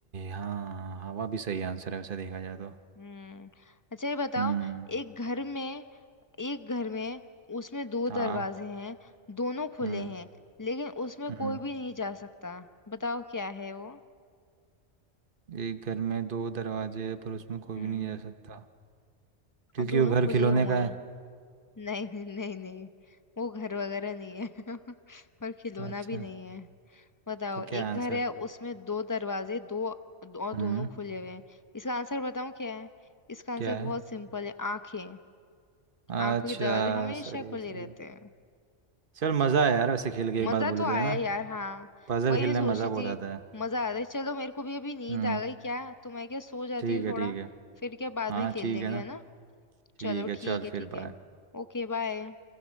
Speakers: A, on the right; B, on the left.
A: हाँ हवा भी सही आंसर है वैसे देखा जाए तो
B: हम्म अच्छा ये बताओ
A: हम्म
B: एक घर में एक घर में उसमें दो
A: हाँ
B: दरवाजे हैं दोनों खुले
A: हम्म
B: हैं लेकिन उसमें
A: हम्म
B: कोई भी नहीं जा सकता बताओ क्या है वो
A: एक घर में दो दरवाजे हैं पर उसमें कोई
B: हम्म
A: भी नहीं जा सकता क्योंकि
B: और दोनों
A: वो घर
B: खुले
A: खिलौने
B: हुए
A: का
B: हैं
A: है
B: <laughs> नहीं नहीं नहीं नहीं वो घर वगैरह नहीं है <laughs> और खिलौना
A: अच्छा
B: भी नहीं है बताओ
A: तो क्या
B: एक
A: है आंसर
B: घर है उसमें दो दरवाजे दो दो- और दोनों
A: हम्म
B: खुले हुए हैं इसका आंसर बताऊं क्या है इसका आंसर
A: क्या है
B: बहुत सिंपल है आंखें
A: अच्छा
B: आंखों के दरवाजे हमेशा
A: सही
B: खुले
A: है सही
B: रहते
A: है।
B: हैं
A: चल मज़ा आया यार वैसे खेल के एक
B: मजा
A: बात बोले
B: तो
A: तो
B: आया
A: है ना
B: यार हाँ
A: पजल
B: वही
A: खेलने
B: मैं सोच
A: में मज़ा
B: रही
A: बहुत
B: थी
A: आता है
B: मजा आ रहा है चलो मेरे को भी अभी नींद
A: हम्म
B: आ गई क्या तो मैं क्या सो जाती
A: ठीक
B: हूँ
A: है
B: थोड़ा
A: ठीक है
B: फिर क्या बाद
A: हाँ
B: में खेल
A: ठीक
B: लेंगे
A: है ना
B: है ना
A: ठीक
B: चलो
A: है
B: ठीक
A: चल
B: है
A: फिर
B: ठीक है
A: बाय
B: Okay bye